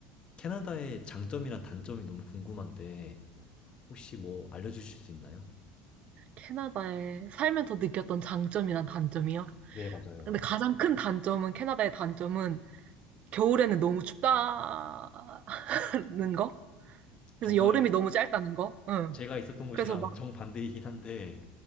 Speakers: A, on the left; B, on the right.
A: 캐나다의 장점이랑 단점이 너무 궁금한데, 혹시 뭐 알려주실 수 있나요?
B: 캐나다에 살면서 느꼈던 장점이란 단점이요.
A: 네, 맞아요.
B: 근데 가장 큰 단점은 캐나다의 단점은 겨울에는 너무 춥다는 거. 그래서
A: 정말
B: 여름이 너무 짧다는 거. 응.
A: 제가 있었던 곳이랑
B: 그래서 막
A: 정반대이긴 한데,